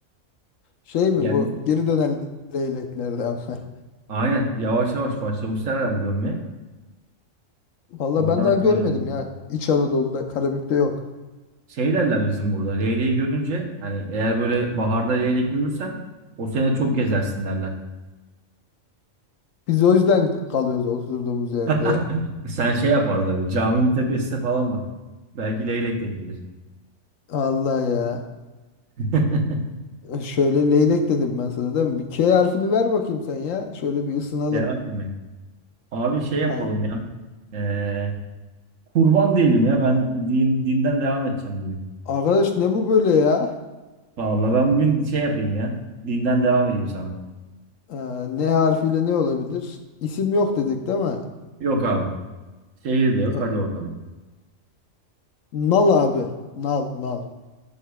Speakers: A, on the left; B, on the right.
A: Şey mi
B: Yani
A: bu? Geri dönen leyleklerden. <laughs>
B: aynen. Yavaş yavaş başlamışlar herhalde dönmeye.
A: Valla
B: Oradan
A: ben daha
B: aklıma
A: görmedim
B: geldi.
A: ya. İç Anadolu'da, Karabük'te yok.
B: Şey derler bizim burada. Leyleği görünce hani eğer böyle baharda leylek görürsen o sene çok gezersin derler.
A: Biz o yüzden kalıyoruz oturduğumuz yerde
B: <laughs>
A: ya.
B: Sen şey yap arada bir caminin tepesine falan bak. Belki leylek denk gelir.
A: Allah ya.
B: <laughs>
A: Şöyle leylek dedim ben sana değil mi? Bir K harfini ver bakayım sen ya. Şöyle bir ısınalım.
B: Devam mi? Abi şey
A: Ay.
B: yapalım ya. Ee, kurban diyelim ya. Ben din, dinden devam edeceğim bugün.
A: Arkadaş ne bu böyle ya?
B: Vallahi ben bugün şey yapayım ya. Dinden devam edeyim sana.
A: Ee, ne harfiyle ne olabilir? İsim yok dedik değil mi?
B: Yok abi. Şehir de yok.
A: Ee,
B: Hadi bakalım.
A: Nal abi. Nal, nal.